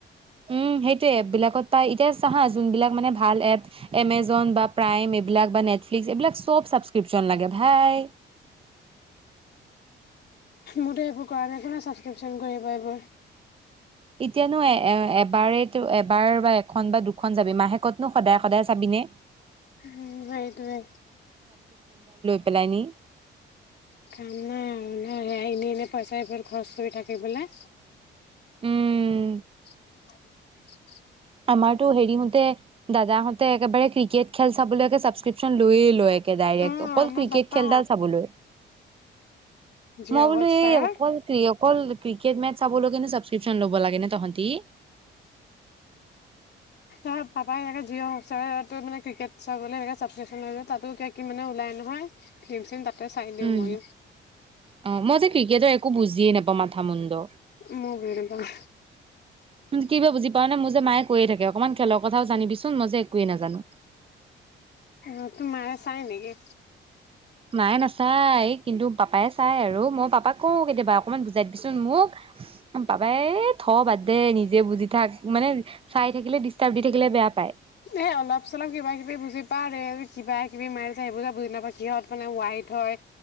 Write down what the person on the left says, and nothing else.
মোৰতো সেইবোৰ কৰা নাই স্ক্ৰিপশ্যন কৰিব এইবোৰ
উম সেইটোৱে।
কাম নাই ন স এনে এনে পইচাবোৰ খৰচ কৰি থাকিবলৈ।
চ <unintelligible>
অ
আমাৰ
পাপা
জিঅ'
হটষ্টাৰৰ
অ' পাপাই এনেকে জিঅ' হটষ্টাৰটোত মানে ক্ৰিকেট চাবলৈকে ছাবস্ক্ৰিপশ্যন লৈ ল'লে, তাতো কি মানে ওলাই নহয় ফিল্ম চিল্ম তাত তে চাই দিওঁ
ময়ো।
ময়ো বুজি নাপাওঁ।
উ তো মাৰে চাই নেকি?
এ অলপ চলপ কিবা কিবি বুজি পাওঁ, কিবা কিবি মাৰে যে সেইবোৰ যে বুজি নাপাওঁ, কিহত মানে ৱাইট হয়